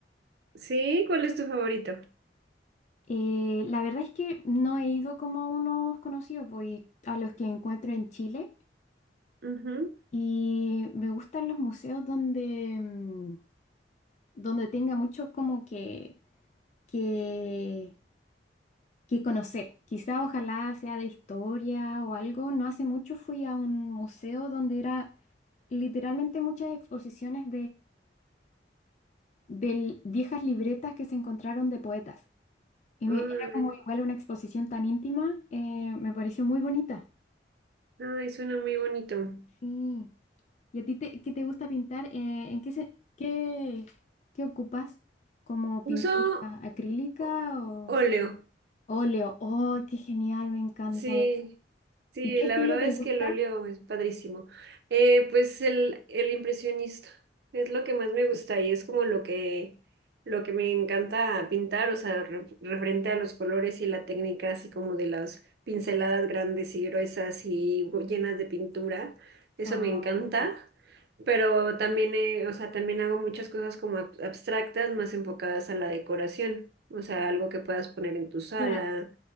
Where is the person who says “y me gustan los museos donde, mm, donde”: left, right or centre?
Left